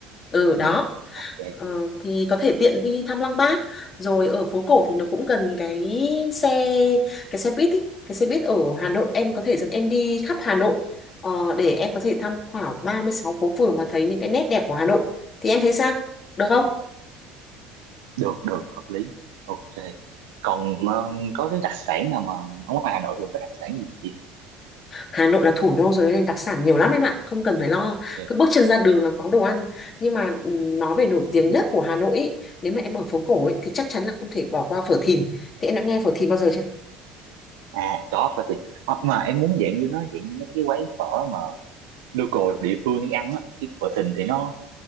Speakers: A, on the left; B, on the right.
A: ừ đó
B: ừ. ok
A: Ờ,
B: chị
A: thì có thể tiện đi thăm Lăng Bác rồi ở phố cổ thì nó cũng gần cái xe cái xe buýt ý. cái xe buýt ở Hà Nội em có thể dẫn em đi khắp Hà Nội ờ, để em có thể tham khảo 36 phố phường mà thấy những cái nét đẹp của Hà Nội thì em thấy sao được không
B: được được hợp lý ok còn ờ, có cái đặc sản nào mà ở ngoài Hà Nội thường có đặc sản gì chị ha?
A: Hà Nội là thủ đô rồi nên đặc sản nhiều lắm em ạ không cần phải lo
B: <laughs>
A: cứ bước chân ra đường là có đồ ăn nhưng mà ừm, nói về nổi
B: Ừ.
A: tiếng nhất của Hà Nội ý, nếu mà em ở phố cổ ý, thì chắc chắn là không thể bỏ qua phở Thìn thì em đã nghe phở Thìn bao giờ chưa
B: à có phải thì Ờ, mà em muốn dạng như nó dạng như mấy cái quán phở mà local địa phương đi ăn á chứ phở Thìn thì nó